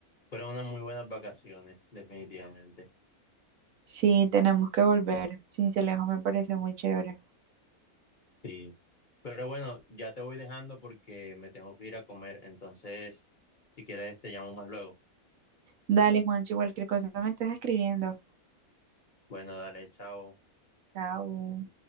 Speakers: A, on the left; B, on the right.
A: Fueron unas muy buenas vacaciones, definitivamente.
B: Sí, tenemos que volver, Sincelejo me parece muy chévere.
A: Sí, pero bueno, ya te voy dejando porque me tengo que ir a comer, entonces, si quieres, te llamo más luego.
B: Dale, Juancho, cualquier cosa me estás escribiendo.
A: Bueno, dale, chao.
B: Chao.